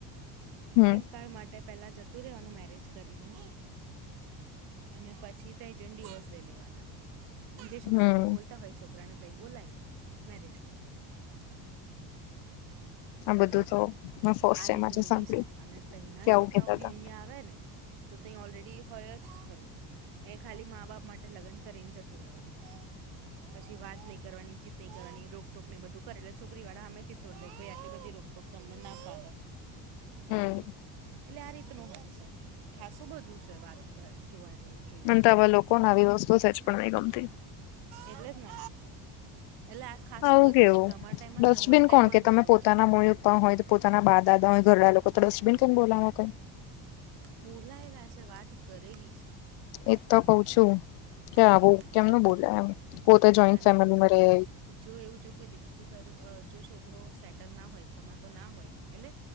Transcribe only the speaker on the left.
હમ
હમ
આ બધું
તો મેં ફર્સ્ટ
ટાઈમ
આજે સાંભળ્યું
કે આવું
કેતા
હતા
હમ્મ,
એ તો આવા લોકોન આવી વસ્તુ સેજ પણ નહી ગમતી
આવું
કેવું
ડસ્ટબિન
કોણ કે
તમે
પોતાના
મૂળ ઉપર હોય. પોતાના બા દાદા હોય ઘરડા લોકો તો ડસ્ટબિન કઈ બોલાવો કઈ
એ તો કઉ છુ, કે
આવું
કેમનુ
બોલાય એમ પોતે જોઈન્ટ
ફેમિલીમાં રહે